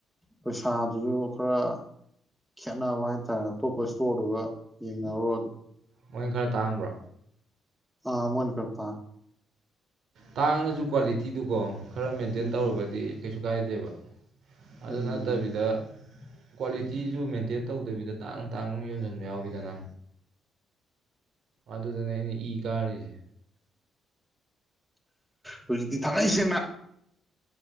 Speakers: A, in the centre; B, on the right.
A: ꯄꯩꯁꯥꯗꯨꯁꯨ ꯈꯔ ꯈꯦꯠꯅꯕ ꯍꯥꯏꯇꯥꯔꯦ ꯑꯇꯣꯞꯄ ꯏꯁꯇꯣꯔꯗꯨꯒ ꯌꯦꯅꯔ ꯑꯗꯨ
B: ꯃꯣꯏ ꯈꯔ ꯇꯥꯡꯕ꯭ꯔꯥ
A: ꯑꯥ ꯃꯟ ꯀꯇꯥ
B: ꯇꯥꯡꯅꯁꯨ ꯀ꯭ꯋꯥꯂꯤꯇꯤꯗꯨꯀꯣ ꯈꯔ ꯃꯦꯟꯇꯦꯟ
A: ꯎꯝ
B: ꯇꯧꯒꯗꯤ ꯀꯩꯁꯨ ꯀꯥꯏꯗꯦꯕ ꯑꯗꯨ
A: ꯎꯝ
B: ꯅꯠꯇꯕꯤꯗ ꯀ꯭ꯋꯥꯂꯤꯇꯤꯁꯨ ꯃꯦꯟꯇꯦꯟ ꯇꯧꯗꯕꯤꯗ ꯇꯥꯡꯅ ꯇꯥꯡꯅ ꯌꯣꯟꯁꯤꯟꯕ ꯌꯥꯎꯋꯤꯗꯅ ꯑꯗꯨꯗꯅꯦ ꯑꯩꯅ ꯏ ꯀꯥꯔꯤꯁꯦ
A: ꯍꯧꯖꯤꯛꯇꯤ ꯊꯥꯡꯏ ꯁꯦꯡꯅ